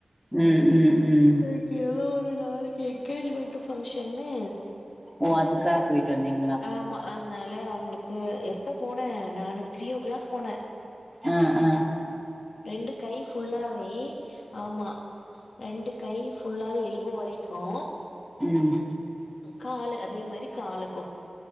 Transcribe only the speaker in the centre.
ம் ம் ம்
ஓ அதுக்காக் போயிட்டு வந்தீங்
அ அ
ம்